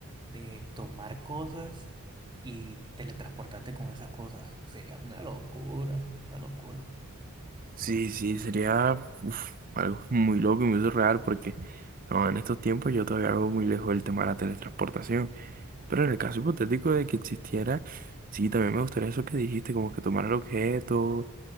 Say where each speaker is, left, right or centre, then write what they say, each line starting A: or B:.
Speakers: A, on the right; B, on the right.
A: de tomar cosas y teletransportarte con esas cosas. Sería una locura, una locura.
B: Sí, sí, sería uf, algo muy loco y muy surreal porque no, en estos tiempos yo todavía hago muy lejos el tema de la teletransportación. Pero en el caso hipotético de que existiera, sí, también me gustaría eso que dijiste, como que tomar el objeto,